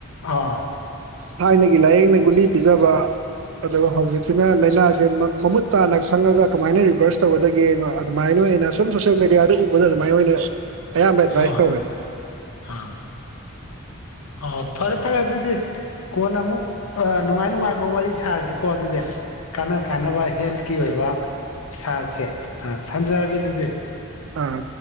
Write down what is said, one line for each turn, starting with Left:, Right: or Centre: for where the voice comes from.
Left: ꯑꯥ
Right: ꯊꯥꯏꯅꯒꯤ ꯂꯥꯏꯌꯦꯡꯅ ꯒꯨꯂꯤ ꯄꯤꯖꯕ ꯑꯗꯨꯒ ꯍꯧꯖꯤꯛꯁꯤꯅ ꯂꯥꯏꯅꯥꯁꯦ ꯃꯃꯨꯠ ꯇꯥꯅ ꯈꯪꯉꯒ ꯀꯃꯥꯏꯅ ꯔꯤꯚꯔꯁ ꯇꯧꯒꯗꯒꯦꯅꯣ ꯑꯗꯨꯃꯥꯏꯅ ꯑꯣꯏꯅ ꯁꯨꯝ ꯁꯣꯁꯦꯜ ꯃꯦꯗꯤꯌꯥꯗ ꯎꯕꯗ ꯑꯗꯨꯃꯥꯏ ꯑꯣꯏꯅ ꯑꯌꯥꯝꯕ ꯑꯦꯗꯚꯥꯏꯁ
Left: ꯑꯥ
Right: ꯇꯧꯔꯦ
Left: ꯑꯥ ꯑꯣ ꯐꯔꯦ ꯐꯔꯦ ꯑꯗꯨꯗꯤ ꯀꯣꯟꯅ ꯑꯃꯨꯛ ꯑꯥ ꯅꯨꯡꯉꯥꯏ ꯅꯨꯡꯉꯥꯏꯕ ꯋꯥꯔꯤ ꯁꯥꯔꯤꯁꯤꯀꯣ ꯑꯗꯨꯗꯤ ꯀꯥꯟꯅ ꯀꯥꯟꯅꯕ ꯍꯦꯜꯀꯤ ꯑꯣꯏꯕ ꯁꯥꯔꯁꯦ ꯊꯝꯖꯔꯒꯦ ꯑꯗꯨꯗꯤ
Right: ꯑꯥ